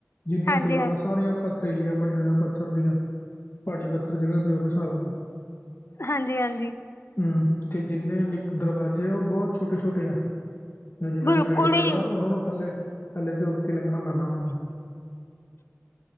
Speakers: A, on the left; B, on the left.
A: ਜਿੰਨੀਆਂ
B: ਹਾਂਜੀ
A: ਦੀਵਾਰਾਂ
B: ਹਾਂਜੀ
A: ਸਾਰੀਆਂ ਪੱਥਰੀਲੀਆਂ ਬਣੀਆਂ ਹੋਇਆਂ ਪੱਥਰ ਦੀਆਂ। ਪਹਾੜੀ ਪੱ <unintelligible> ਹਿਸਾਬ ਨਾਲ
B: ਹਾਂਜੀ-ਹਾਂਜੀ।
A: ਹੂੰ, ਤੇ ਜਿਨੇ ਨੇਕ ਦਰਵਾਜ਼ੇ ਓ ਬੋਤ ਛੋਟੇ-ਛੋਟੇ ਨੇ। ਜਿਨਾਂ
B: ਬਿਲਕੁਲ
A: ਦੀ ਹਾਈਟ
B: ਹੀ
A: ਜਆਦਾ ਓਨਾ ਨੂੰ ਥੱਲੇ, ਥੱਲੇ ਝੁੱਕ ਕੇ ਲਗਣਾ ਪੈਂਦਾ ਓਨਾ ਨੂੰ।